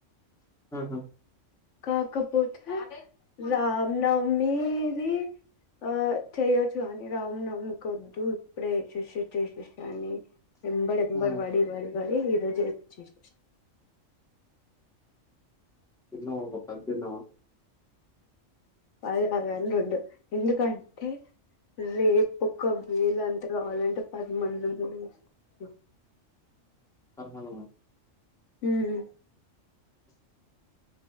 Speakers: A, in the centre; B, on the left.
A: ఆహా
B: కాకపోతే రామ్ నవమీది ఆ చేయొచ్చు గాని రామనవమికి వద్దు ఇప్పుడే చేసేసి చేసేసి అని ఎంబడి ఎంబడి
A: ఆ!
B: బడి బడి బడి ఈ రోజు జేపిచేసిన
A: దిన్నవ్ ఒక పది దిన్నవా
B: పది గాదు గాని రెండు ఎందుకంటే రేపు ఒక వేళ అంత గావాలంటే పదిమందం గూడా యేసుకోవచ్చు
A: పరమన్నము
B: ఉమ్.